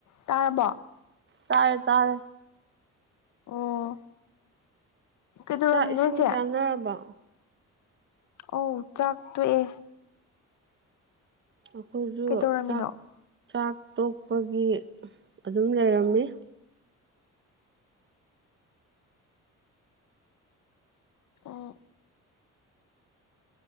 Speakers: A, on the left; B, on the right.
A: ꯇꯥꯔꯕꯣ
B: ꯇꯥꯔꯦ ꯇꯥꯔꯦ
A: ꯑꯣ ꯀꯩꯗꯧꯔꯝꯃꯤꯅꯣ
B: ꯆꯥꯛ ꯏꯁꯤꯡ
A: ꯏꯆꯦ
B: ꯆꯥꯅꯔꯕ
A: ꯑꯣꯎ ꯆꯥꯛ ꯇꯣꯛꯑꯦ
B: ꯑꯈꯣꯏꯖꯨ
A: ꯀꯩꯗꯧꯔꯝꯃꯤꯅꯣ
B: ꯆꯥꯛ ꯆꯥꯛ ꯇꯣꯛꯄꯒꯤ ꯑꯗꯨꯝ ꯂꯩꯔꯝꯃꯤ
A: ꯑꯣ